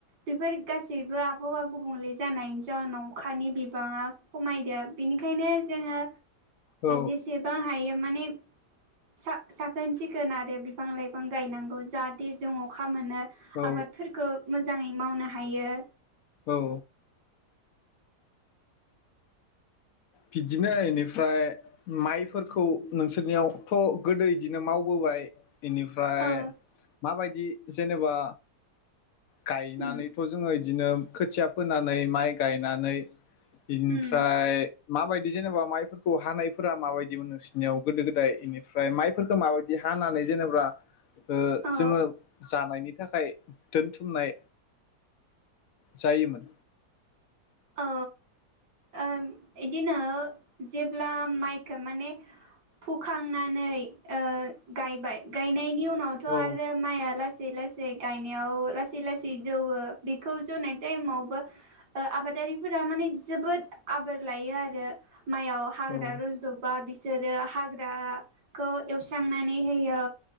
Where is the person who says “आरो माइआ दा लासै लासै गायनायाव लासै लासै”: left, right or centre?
Right